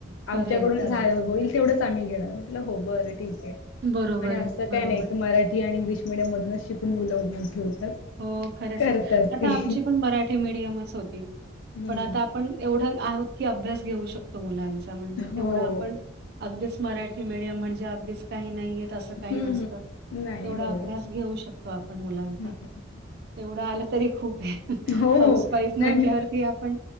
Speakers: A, on the right; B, on the left.
A: खरंय,
B: आमच्याकडून
A: खरंय.
B: होईल तेवढंच आम्ही घेणार म्हटल. म्हटलं. हो बरं ठीक आहे.
A: बरोबर
B: आणि असं
A: आहे, बरोबर.
B: काय नाही की मराठी आणि इंग्लिश मिडियम मधूनच शिकून मुलं मोठी होतात.
A: हो, खरंच
B: करतात
A: आहे. आता
B: ती
A: आमची पण मराठी मिडियमच होती
B: हम्म
A: पण आता पण एवढा आहोत की अभ्यास घेऊ शकतो मुलांचा म्हणजे
B: हो
A: तेवढा आपण अगदीच मराठी मिडियम म्हणजे अगदीच काही नाहीय. तसं
B: हम्म
A: काही नसतं
B: हम्म नाही
A: तेवढा
B: हो
A: अभ्यास घेऊ शकतो आपण मुलांचा
B: हम्म
A: तेवढं आलं तरी खूप आहे.
B: हो
A: हाऊस
B: हो
A: वाईफ
B: नाही
A: म्हटल्यावरती
B: मी
A: आपण